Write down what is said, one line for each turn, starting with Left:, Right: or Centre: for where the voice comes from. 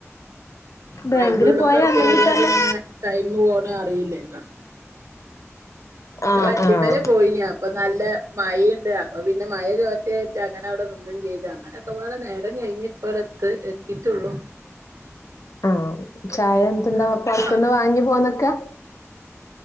Left: ബാങ്കില്
Right: അയിന്റെ ഉള്ള്ക്കാണ്ട്
Left: പോയാ അല്ലെങ്കി
Right: കേറിയാ
Left: തന്നെ
Right: പിന്നെ ടൈമ് പോണ അറില്ലല്ലോ.
Left: ആഹ്
Right: വണ്ടിമലെ
Left: ആഹ്
Right: പോയിന്യാ പ്പൊ നല്ല മഴീണ്ട്. അപ്പൊ പിന്നെ മഴ ചോരട്ടെ രിച്ച് അങ്ങനെ അവിടെ നിന്നും ചെയ്തു. അങ്ങനൊക്കെപാടെ നേരം കഴിഞ്ഞ്. പ്പറത്ത് എത്തിട്ടുള്ളൂ.
Left: ആഹ് ചായ എന്തുണ്ടോ?
Right: നിക്കാണ്
Left: <inaudible> പൊറത്ത്ന്ന് വാങ്ങി പോന്നക്കാ?